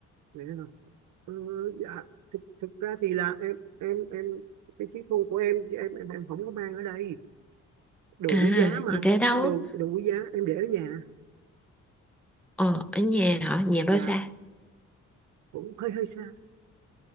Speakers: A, on the right; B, in the centre.
A: vậy hả ờ, dạ thực, thực ra thì là em em em cái chiếc phone của em em em em không có mang ở đây đồ
B: À,
A: quý giá mà
B: vậy
A: anh
B: thế đâu?
A: đồ đồ quý giá em để ở nhà
B: Ờ, ở nhà hả? Nhà bao
A: dạ
B: xa?
A: cũng hơi hơi xa